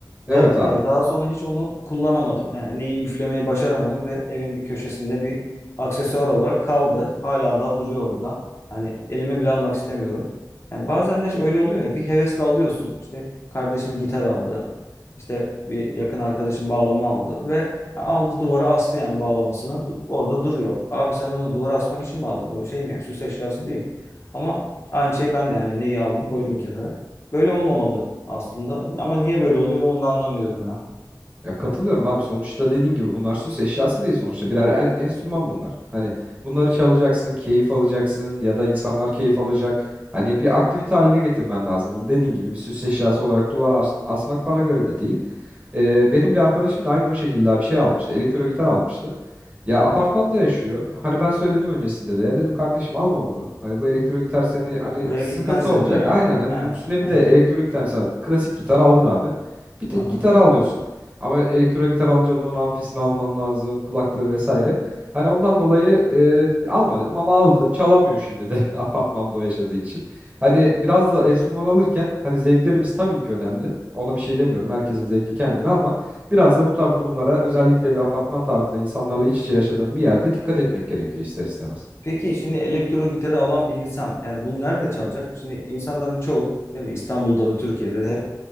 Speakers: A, on the right; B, on the left.
A: Evet
B: ve
A: abi.
B: e, daha sonra hiç onu kullanamadım. Yani neyi üflemeyi başaramadım ve evin bir köşesinde bir aksesuar olarak kaldı. Hala daha duruyor orada. Hani elime bile almak istemiyorum. Yani bazen de işte öyle oluyor ya bir hevesle alıyorsun. İşte kardeşim gitar aldı. İşte bir yakın arkadaşım bağlama aldı ve aldı duvara astı yani bağlamasını. Orada duruyor. Abi sen onu duvara asmak için mi aldın? O şey mi yani süs eşyası değil. Ama Aynı şey ben de hani neyi aldım koydum kenara. Böyle olmamalı aslında. Ama niye böyle oluyor onu da anlamıyorum ya.
A: Ya katılıyorum abi sonuçta dediğin gibi bunlar süs eşyası değil sonuçta birer en- enstrüman bunlar. Hani bunları çalacaksın, keyif alacaksın ya da insanlar keyif alacak. Hani bir aktivite haline getirmen lazım. Bunu dediğin gibi bir süs eşyası olarak duvara as- asmak bana göre de değil. Ee, benim bir arkadaşım da aynı o şekilde bir şey almıştı. Elektro gitar almıştı. Ya apartmanda yaşıyor. Hani ben söyledim öncesinde de. Ya dedim kardeşim alma bunu. Hani bu elektro gitar seni hani
B: Buraya
A: sıkıntı
B: gitmez
A: olacak.
B: yani değil mi?
A: Aynen hani
B: Ha,
A: üstüne
B: aha,
A: bir de elektro gitar mesela klasik gitar aldın abi. Bir tek
B: aha.
A: gitarı alıyorsun. Ama elektro gitar alınca bunun amfisini alman lazım, kulaklığı vesaire. Hani ondan dolayı e, alma dedim ama aldı. Çalamıyor şimdi de <laughs> apartmanda o yaşadığı için. Hani biraz da enstrüman alırken hani zevklerimiz tabii ki önemli. Ona bir şey demiyorum. Herkesin zevki kendine ama Biraz da bu tarz durumlara özellikle de apartman tarzı insanlarla iç içe yaşadığım bir yerde dikkat etmek gerekiyor ister istemez.
B: Peki şimdi elektro gitarı alan bir insan yani bunu nerede çalacak? Şimdi insanların çoğu değil mi İstanbul'da da Türkiye'de de hep